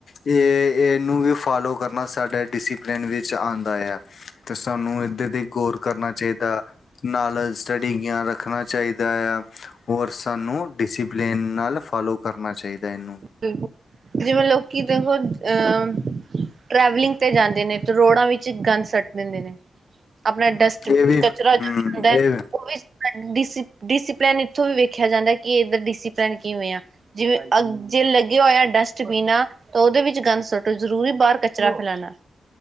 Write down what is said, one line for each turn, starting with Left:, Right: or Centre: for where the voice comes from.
Left: ਏ, ਏਨੂੰ ਵੀ ਫਾਲੋ ਕਰਨਾ ਸਾਡੇ ਡਿਸਿਪਲੇਨ ਵਿੱਚ ਆਂਦਾ ਯਾ। ਤੇ ਸਾਨੂੰ ਏਦੇ ਤੇ ਗੌਰ ਕਰਨਾ ਚਾਈਦਾ। ਨਾਲ ਸਟੱਡੀ ਗੇਆਨ ਰੱਖਨਾ ਚਾਈਦਾ ਯਾ। ਹੋਰ ਸਾਨੂੰ ਡਿਸਿਪੇਲੇਨ ਨਾਲ ਫਾਲੋ ਕਰਨਾ ਚਾਈਦਾ ਐਨੂੰ।
Right: ਬਿਲਕੁਲ, ਜਿਵੇਂ ਲੋਕੀ ਦੇਖੋ ਅੰ ਟਰੈਵਲਿੰਗ ਤੇ ਜਾਂਦੇ ਨੇ, ਤੇ ਰੋੜਾਂ ਵਿੱਚ ਗਾੰਦ ਸੱਟ ਦੇੰਦੇ ਨੇ। ਆਪਣਾ
Left: ਹਮ
Right: ਡਸਟ
Left: ਇਹ ਵੀ
Right: ਕਚਰਾ ਜੋ
Left: ਹਮ
Right: ਵੀ ਹੁੰਦਾ ਹੈ
Left: ਇਹ
Right: ਉਹ ਵੀ ਡ ਡਿਸਿਪਲਿਨ ਇੱਥੋਂ ਵੀ ਵੇਖਿਆ ਜਾਂਦਾ ਕਿ ਇਹਦਾ ਡਿਸਿਪਲਨ ਕਿਵੇਂ ਆ ਜਿਵੇਂ ਅ ਜੇ ਲੱਗੇਿਆ ਹੋਇਆ ਡਸਟਬਿਨਾ ਆ ਤਾਂ ਉਹਦੇ ਵਿੱਚ ਗੰਦ ਸੁੱਟੋ ਜ਼ਰੂਰੀ ਬਾਹਰ ਕਚਰਾ ਫੈਲਾਣਾ।